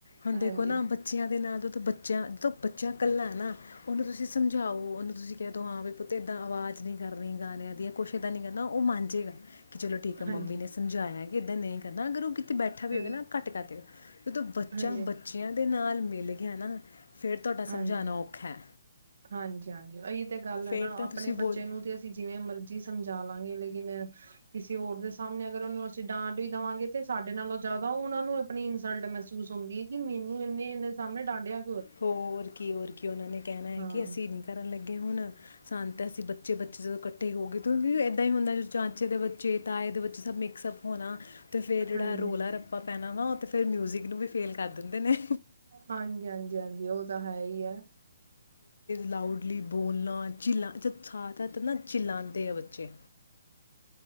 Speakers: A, on the left; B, on the right.
A: ਹੁਣ ਦੇਖੋ
B: ਹਾਂਜੀ
A: ਨਾ ਬੱਚਿਆਂ ਦੇ ਨਾਂ ਤੋਂ। ਬੱਚਿਆਂ ਜਦੋਂ ਬੱਚਿਆਂ ਇਕੱਲਾ ਨਾ ਉਹਨੂੰ ਤੁਸੀਂ ਸਮਝਾਓ ਉਹਨੂੰ ਤੁਸੀਂ ਕਹਿ ਦੋ ਹਾਂ ਵੀ ਪੁੱਤ ਏਦਾਂ ਆਵਾਜ਼ ਨੀ ਕਰਨੀ ਗਾਣਿਆਂ ਦੀ ਕੁਛ ਏਦਾਂ ਨੀ ਕਰਨਾ ਉਹ ਮਨ ਜਾਏਗਾ। ਕਿ ਚਲੋ ਠੀਕ ਹੈ।
B: ਹਾਂਜੀ
A: ਮੰਮੀ ਨੇ ਸਮਝਾਇਆ। ਕਿੱਦਾਂ ਨਹੀਂ ਕਰਨਾ ਅਗਰ ਉਹ ਅਤੇ ਬੈਠਾ ਵੀ
B: ਹਾਂ
A: ਹੋਵੇਗਾ। ਨਾ ਘਟ ਕਰ ਦਿ ਗਾ। ਜਦੋਂ ਬੱਚਾ
B: ਹਾਂਜੀ
A: ਬੱਚਿਆਂ ਦੇ ਨਾਲ ਮਿਲ ਗਿਆ ਨਾ। ਫਿਰ ਤੁਹਾਡਾ
B: ਹਾਂਜੀ,
A: ਸਮਝਾਉਣਾ ਔਖਾ ਹੈ
B: ਹਾਂਜੀ, ਹਾਂਜੀ। ਅਹੀਤੇ। ਤੇ ਗੱਲ ਹੈ
A: ਫਿਰ
B: ਨਾ
A: ਤਾਂ
B: ਆਪਣੇ
A: ਤੁਸੀਂ
B: ਬੱਚੇ
A: ਬੋਲ
B: ਨੂੰ ਤੇ ਅਸੀਂ ਜਿਵੇਂ ਮਰਜ਼ੀ ਸਮ ਜਾ ਲਾਂਗੇ ਲੇਕਿਨ ਕਿਸੇ ਹੋਰ ਦੇ ਸਾਹਮਣੇ ਅਗਰ ਉਹਨੂੰ ਅਸੀਂ ਡਾਂਟ ਹੀ ਦੇਵਾਂਗੇ ਤੇ ਸਾਡੇ ਨਾਲੋਂ ਜ਼ਿਆਦਾ ਉਹ ਉਹਨਾਂ ਨੂੰ ਆਪਣੀ ਇਨਸਲਟ ਮਹਿਸੂਸ ਹੁੰਦੀ ਹੈ ਕਿ ਮੈਨੂੰ ਇੰਨੇ ਇਨੇ ਸਾਹਮਣੇ ਡਾਂਟਿਆ
A: ਹੋਰ ਕੀ ਹੋਰ ਕੀ ਉਹਨਾਂ ਨੇ ਕਹਿਣਾ ਹੈ
B: ਹਾਂ
A: ਕਿ ਅਸੀਂ ਨਹੀਂ ਕਰਨ ਲੱਗੇ ਹੁਣ ਸੰਤ ਅਸੀਂ ਬੱਚੇ ਬੱਚੇ ਜਦੋਂ ਇਕੱਠੇ ਹੋ ਗਏ ਕਿਉਂਕਿ ਏਦਾਂ ਹੀ ਹੁੰਦਾ ਚਾਚੇ ਦੇ ਬੱਚੇ ਤਾਏ ਦੇ ਬੱਚੇ ਸਭ ਮਿਕਸਅਪ ਹੋਣਾ ਅਤੇ ਫਿਰ ਜਿਹੜਾ
B: ਹਾਂਜੀ।
A: ਰੌਲਾ ਰੱਪਾ ਪੈਣਾ ਵਾ ਉਹ ਅਤੇ ਫਿਰ ਮਿਊਜ਼ਿਕ ਨੂੰ ਵੀ ਫੇਲ ਕਰ ਦਿੰਦੇ ਨੇ
B: ਹਾਂਜੀ ਹਾਂਜੀ ਹਾਂਜੀ ਉਹ ਤਾਂ ਹੈ ਹੀ ਹੈ
A: ਲਾਉਡਲੀ ਬੋਲਣਾ ਚਿੱ ਜ ਨਾ ਚਿੱਲਾਾਂਂਦੇ ਆ ਬੱਚੇ